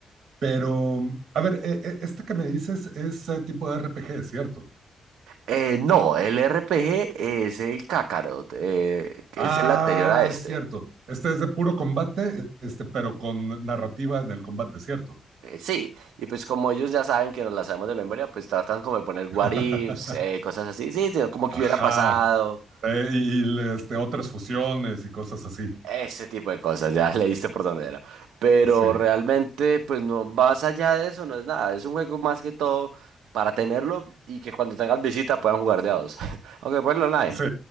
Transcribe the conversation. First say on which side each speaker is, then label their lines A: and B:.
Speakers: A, on the right; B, on the right.
A: Pero, a ver, e- e- este que me dices es eh, tipo de RPG, ¿cierto?
B: Eh, no, el RPG es el Kakarot, eh, que
A: Ah,
B: es el anterior a este.
A: es cierto. Este es de puro combate, este, pero con narrativa en el combate, ¿cierto?
B: Eh, sí, y pues como ellos ya saben que nos la sabemos de memoria, pues tratan como de poner what
A: <laughs>
B: ifs, eh, cosas así, sí, sí, como que
A: Ajá.
B: hubiera pasado.
A: Eh, y, y, este, otras fusiones y cosas así.
B: Ese tipo de cosas, ya <laughs> leíste por dónde era. Pero
A: Sí,
B: realmente, pues no, más allá de eso, no es nada. Es un juego más que todo para tenerlo y que cuando tengas visita puedan jugar de a dos. <laughs> Aunque ponlo online.
A: sí.